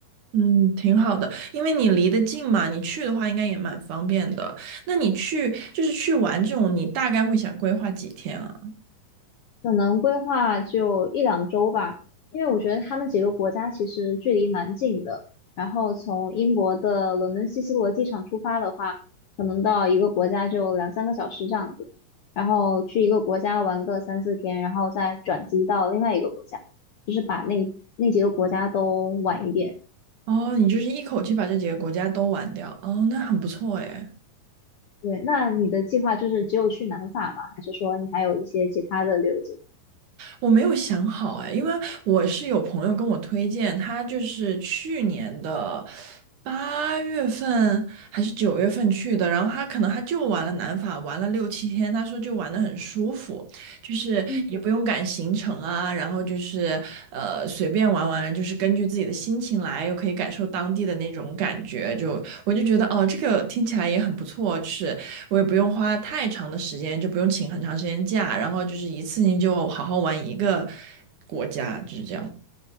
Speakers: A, on the right; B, on the left.
A: 嗯，挺好的，因为你离得近嘛，你去的话应该也蛮方便的。那你去就是去玩这种，你大概会想规划几天啊？
B: 可能规划就一两周吧，因为我觉得他们几个国家其实距离蛮近的。然后从英国的伦敦希斯罗机场出发的话，可能到一个国家就两三个小时这样子。然后去一个国家玩个三四天，然后再转机到另外一个国家，就是把那那几个国家都玩一遍。
A: 哦，你就是一口气把这几个国家都玩掉，哦，那很不错诶。
B: 对，那你的计划就是只有去南法吗？还是说你还有一些其他的旅游计划
A: 我没有想好哎，因为我是有朋友跟我推荐，他就是去年的八月份还是九月份去的，然后他可能他就玩了南法，玩了六七天，他说就玩的很舒服，就是也不用赶行程啊，
B: 嗯。
A: 然后就是呃随便玩玩，就是根据自己的心情来，又可以感受当地的那种感觉，就我就觉得哦，这个听起来也很不错，是我也不用花太长的时间，就不用请很长时间假，然后就是一次性就好好玩一个国家，就是这样。